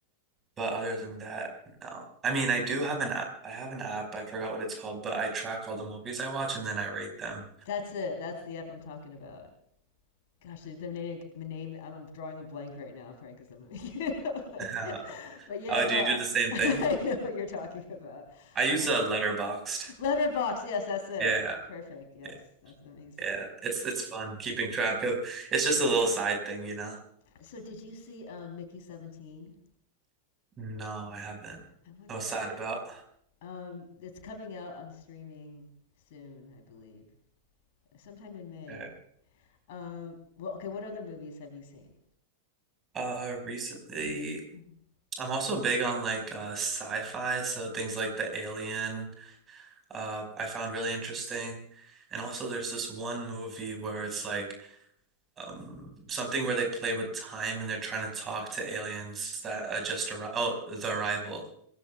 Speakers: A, on the right; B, on the left.
A: But other than that, no. I mean, I do have an app. I have an app. I forgot what it's called, but I track all the movies I watch and then I rate them.
B: That's it. That's the app I'm talking about. Gosh, the the name, the name. I'm drawing a blank right now, Frank, because I'm. <laughs> You know, like,
A: <laughs>
B: but yeah,
A: Oh,
B: no,
A: do you
B: I,
A: do the same
B: <laughs> I
A: thing?
B: know what you're talking about.
A: I use
B: Uh,
A: a Letterboxd.
B: Letterbox. Yes, that's it.
A: Yeah,
B: Perfect. Yes,
A: yeah,
B: that's amazing.
A: yeah. It's it's fun keeping track of. It's just a little side thing, you know.
B: So did you see um, Mickey Seventeen?
A: No, I haven't.
B: I wonder.
A: What's that about?
B: Um, it's coming out on streaming soon, I believe, sometime in May.
A: Okay.
B: Um, well, okay. What other movies have you seen?
A: Uh, recently.
B: Mhm.
A: I'm also big on like uh, sci-fi, so things like The Alien, uh, I found really interesting. And also, there's this one movie where it's like um, something where they play with time and they're trying to talk to aliens that uh, just arrived. Oh, The Arrival.